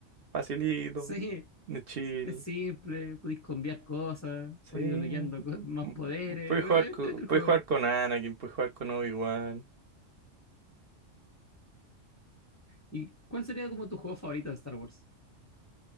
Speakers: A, on the right; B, on the left.
A: facilito,
B: Sí,
A: de chill.
B: es simple, podéis cambiar cosas,
A: Sí,
B: podéis desbloqueando co- más
A: Mm,
B: poderes,
A: puedes jugar con,
B: entrete el
A: puedes
B: juego.
A: jugar con Anakin, puedes jugar con Obi-Wan.
B: ¿Y cuál sería como tu juego favorito de Star Wars?